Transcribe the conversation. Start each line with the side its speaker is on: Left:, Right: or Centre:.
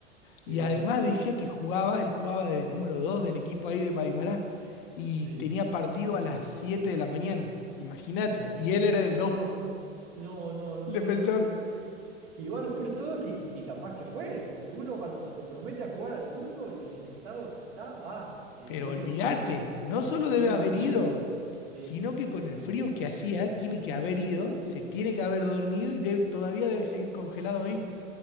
Left: y
Right: Sí.
Left: además decía que jugaba, él jugaba de número 2 del equipo ahí de Maimará y
Right: Sí.
Left: tenía partido a las 7 de la mañana, imagínate,
Right: No.
Left: y él era el
Right: Oh.
Left: dos
Right: No, no, no,
Left: el defensor.
Right: no, no, no. Igual lo peor de todo es que, que capaz que fue, porque uno cuando se compromete a jugar al fútbol en el estado que está, va, eh,
Left: Pero
Right: tiene
Left: olvídate,
Right: un,
Left: no solo debe
Right: tiene
Left: haber
Right: un chip,
Left: ido,
Right: ¿sí?
Left: sino que con el frío que hacía, tiene que haber ido, se tiene que haber dormido y debe- todavía debe seguir congelado ahí.